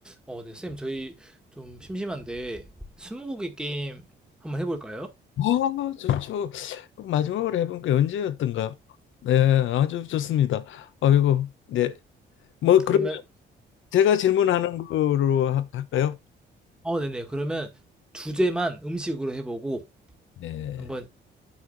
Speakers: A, in the centre; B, on the left.
A: 어, 네, 쌤, 저희 좀 심심한데 스무고개 게임 한번 해볼까요?
B: 아, 좋죠. 마지막으로 해본 게 언제였던가? 네, 아주 좋습니다. 아이고, 네. 뭐 그러면
A: 그러면,
B: 제가 질문하는 거로 하- 할까요?
A: 어, 네네. 그러면 주제만 음식으로 해보고
B: 네.
A: 한번